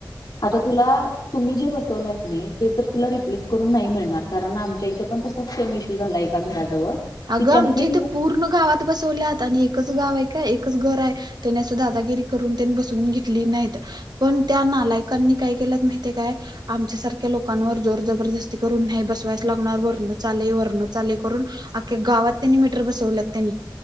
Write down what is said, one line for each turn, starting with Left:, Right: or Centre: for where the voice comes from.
Left: आता तुला तुम्ही जे बसवलाय नाही ते तर तुला रिप्लेस करून नाही मिळणार कारण आमच्या इथं पण तसा सेम इश्यू झाला एका घराजवळ
Right: अगं
Left: की त्यांनी
Right: आमच्या इथे पूर्ण गावात बसवल्यात. आणि एकच गाव आहे का एकच घर आहे त्याने अस दादागिरी करून त्यांनी बसवून घेतली नाहीत. पण त्या नालायकांनी काय केल्यात माहिती काय आमच्यासारख लोकांवर जोर जबरदस्ती करून नाही बसवायच लागणार. वरण आलंय वरणच आलंय करून अखे गावात त्यांनी मीटर बसवल्यात त्यांनी